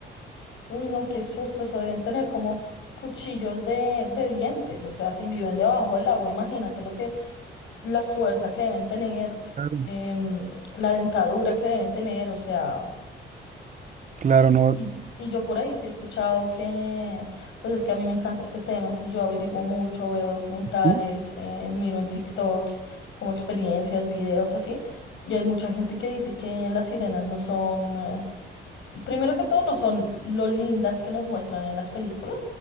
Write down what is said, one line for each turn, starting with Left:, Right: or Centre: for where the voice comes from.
Left: uy, no, qué susto, eso deben tener como cuchillos de, de dientes, o sea, si viven debajo del agua, imagínate lo que, la fuerza que deben tener,
Right: Claro,
Left: em, la dentadura que deben tener, o sea...
Right: Claro,
Left: Y,
Right: no.
Left: y- y yo por ahí sí he escuchado que, pues es que a mí me encanta este tema, entonces yo averiguo mucho, veo documentales,
Right: ¿Mm?
Left: eh, miro en TikTok como experiencias, videos así, y hay mucha gente que dice que las sirenas no son, eh, primero que todo, no son lo lindas que nos muestran en las películas.